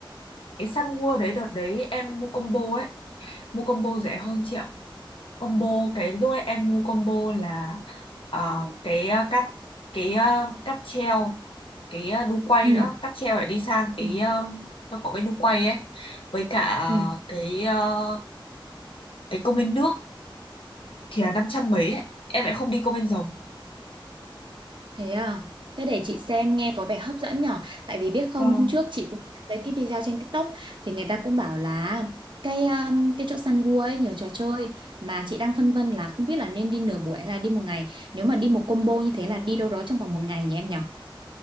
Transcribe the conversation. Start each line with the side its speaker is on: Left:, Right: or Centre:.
Left: cái săn mua đấy đợt đấy em mua combo ấy mua combo rẻ hơn chị ạ combo cái lúc ấy em mua combo là ờ, cái ờ, cáp cái ờ, cáp treo cái ờ, đu quay
Right: Ừ.
Left: nữa cáp treo phải đi sang cái
Right: Ừ.
Left: ờ, nó có cái đu quay ấy với cả ờ,
Right: Ừ.
Left: cái ờ, cái công viên nước thì là năm trăm mấy ấy. em lại không đi công viên rồng
Right: Thế à? Thế để chị xem nghe có vẻ hấp dẫn nhở? Tại vì biết không,
Left: Vâng.
Right: hôm trước chị cũng thấy cái video trên TikTok thì người ta cũng bảo là cái um, cái chỗ săn gua ấy nhiều trò chơi mà chị đang phân vân là không biết là nên đi nửa buổi hay là đi một ngày. Nếu mà đi một combo như thế là đi đâu đó trong vòng một ngày nhỉ em nhở?